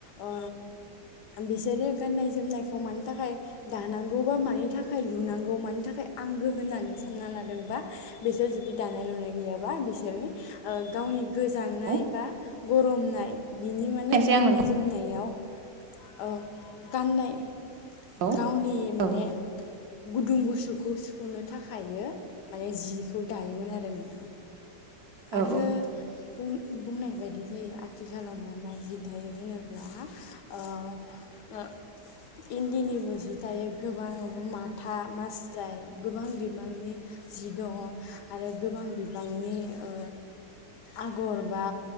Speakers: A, on the left; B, on the right.
A: ओ बिसोरो गाननाय जोमनायखौ मानि थाखाय दानांगौ बा मानि थाखाय लुनांगौ मानि थाखाय आंगो होननानै सानना लादोंबा बिसोर जुदि दानाय लुनाय गैयाबा बिसोरनि ओ गावनि गोजांनाय
B: औ
A: बा गरमनाय बिनि माने
B: खायसे
A: गाननाय
B: आं नोंथां
A: जोमनायाव ओ गाननाय
B: औ
A: गावनि
B: औ
A: माने गुदुं गुसुखौ सुफुंनो थाखायो माने जिखौ दायोमोन आरो नोंथां
B: औ
A: आरो बुं-बुंनाय बायदि जायो आथिखालाव मा मा जि दायो होनोब्ला ओ इन्दिनिबो जि दायो गोबां माथा मास्राय गोबां बिबांनि जि दङ आरो गोबां बिबांनि ओ आगर बा